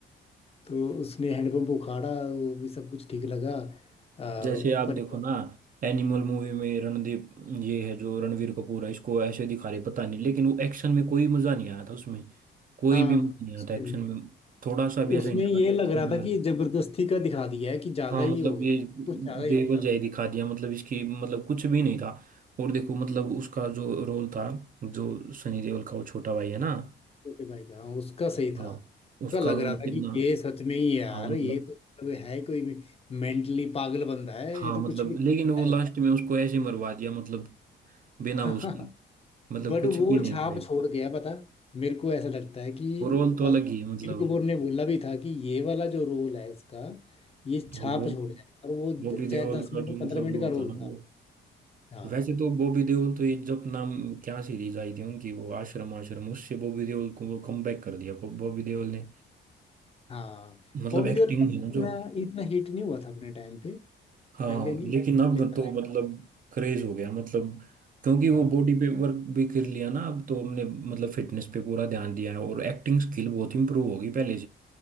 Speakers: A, on the left; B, on the right.
A: तो उसने हैंडपंप उखाड़ा वो भी सब कुछ ठीक लगा आ, पर
B: जैसे आप देखो ना एनिमल मूवी में रणदीप ये है जो रणवीर कपूर है इसको ऐसे दिखा रहे पता नहीं लेकिन वो एक्शन में कोई मजा नहीं आया था उसमें कोई
A: हाँ
B: भी मजा नहीं
A: उसमें
B: आता एक्शन
A: नहीं
B: में थोड़ा सा भी
A: उसमें
B: ऐसा नहीं
A: ये
B: लगा कि
A: लग रहा
B: मजा
A: था कि
B: आ रहा है।
A: ये जबरदस्ती का दिखा दिया है कि ज्यादा
B: हाँ
A: ही
B: मतलब
A: हो गया
B: ये
A: कुछ ज्यादा ही
B: बेवजह
A: हो गया अब
B: ही दिखा दिया मतलब इसकी मतलब कुछ भी नहीं था और देखो मतलब उसका जो रोल था जो सनी देओल का वो छोटा भाई है ना
A: ओके भाई का हाँ उसका सही
B: हाँ
A: था उसका
B: उसका
A: लग
B: रोल
A: रहा था
B: कितना
A: कि ये सच में ही यार
B: हाँ मतलब
A: ये तो मतलब है कोई मेंटली पागल बंदा है
B: हाँ
A: ये तो
B: मतलब
A: कुछ भी
B: लेकिन वो
A: है
B: लास्ट में उसको ऐसे मरवा दिया मतलब बिना
A: <laughs>
B: उसके मतलब
A: बट
B: कुछ
A: वो
B: भी नहीं
A: छाप
B: भाई
A: छोड़ गया पता मेरे को ऐसा लगता है कि
B: वो रोल तो
A: और
B: अलग
A: कपिल
B: ही है मतलब
A: कपूर ने बोला भी था कि ये वाला जो रोल है इसका ये छाप
B: वो वो
A: छोड़ जाएगा और वो द-
B: बॉबी
A: चाहे
B: देओल
A: दस
B: का
A: मिनट
B: जो
A: पंद्रह
B: मतलब
A: मिनट
B: रोल
A: का रोल
B: था ना
A: था
B: वो
A: हाँ
B: वैसे तो बॉबी देओल तो ये जब नाम क्या सीरीज आई थी उनकी वो आश्रम आश्रम उससे बॉबी देओल को वो कमबैक कर दिया को- बॉबी देओल ने
A: हाँ
B: मतलब
A: बॉबी
B: एक्टिंग
A: देओल का
B: है ना
A: इतना
B: जो
A: इतना हिट नहीं हुआ था अपने टाइम पे
B: हाँ
A: पहले नहीं
B: लेकिन
A: हुआ,
B: अब
A: पहले चला
B: तो मतलब क्रेज हो गया मतलब क्योंकि वो
A: हाँ
B: बॉडी पे वर्क भी कर लिया ना अब तो हमने मतलब फिटनेस पे पूरा ध्यान दिया है और एक्टिंग स्किल बहुत इंप्रूव होगी पहले